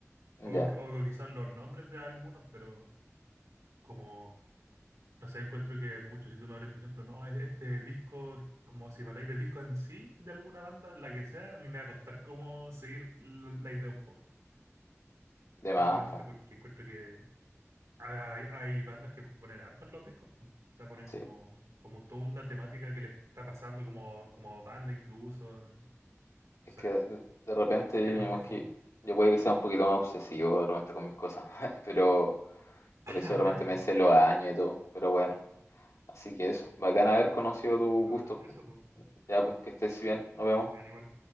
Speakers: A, on the right; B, on the left.
A: O,
B: ya.
A: o quizás los nombres de algunos, pero como, no sé, encuentro que muchos, si tú me hablas, por ejemplo, no, es- este disco, como si me habláis de disco en sí, de alguna banda, la que sea, a mí me va a costar como seguir la la idea un poco.
B: De más,
A: Justamente
B: pues.
A: porque encuentro que Hay, hay bandas que ponen harto en los discos. po. O sea, ponen
B: Sí,
A: como, como toda una temática que les está pasando como, como banda incluso. No
B: Es
A: sé,
B: que de de repente yo,
A: es
B: digamos
A: más profundo.
B: que yo puede que sea un poquito más obsesivo de repente con mis cosas, <laughs> pero por eso
A: <laughs>
B: de repente me sé los años y todo, pero bueno, así que eso, bacán haber conocido tu
A: Pero
B: gusto,
A: bueno, eso, pues,
B: ya pues que estés bien, nos vemos.
A: bacán igual.